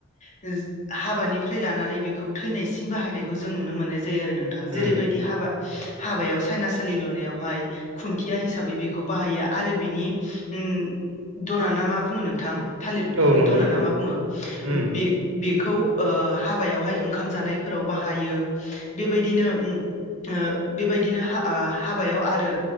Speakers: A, on the left (about 35°); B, on the right (about 70°).
A: - हाबानि निफ्राय लानानै बेखौ थैनायसिम बाहायनायखौ जों नुनो मोननाय जायो। जायो आरो नोंथां जेरैबायदि
B: उम
A: हाबा - हाबाव सायनासालि लुनायावहाय खुन्थिया हिसाबै बेखौ बाहायो आरो बिनि उ दना ना मा बुङो नोंथां? थालिर बिफांनि
B: औ नंगौ
A: दना
B: नोंथां
A: ना मा बुङो?
B: उम
A: बे बेखौ ओ हाबायावहाय ओंखाम जानायफोराव बाहायो। बेबायदिनो ओ बेबायदिनो हा आ हाबायाव आरो